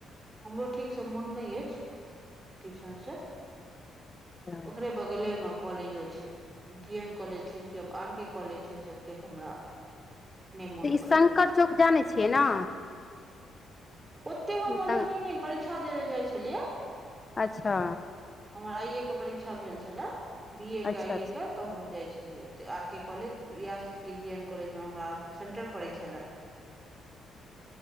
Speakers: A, on the right; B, on the left.
A: हमरो ठीकसँ मोन नय अछि पीछाँ से तऽ
B: अच्छा
A: ओकरे बगले मे कॉलेजो छै जी एन कॉलेज छै किब आर के कॉलेज छै से एतेक हमरा नहि मोन
B: तऽ ई
A: पड़ैया
B: शंकर चौक जानै छियै ने
A: ओते हम
B: अच्छा
A: मधुबनी नहि परीक्षा देै लेल जाइ छलियै
B: अच्छा
A: हमर आइए के परीक्षा भेल छले बी ए
B: अच्छा
A: के आइए के तऽ हम जाइ छलियै आर के कॉलेज या के जी एन कॉलेजमे हमरा सेंटर पड़ै छलए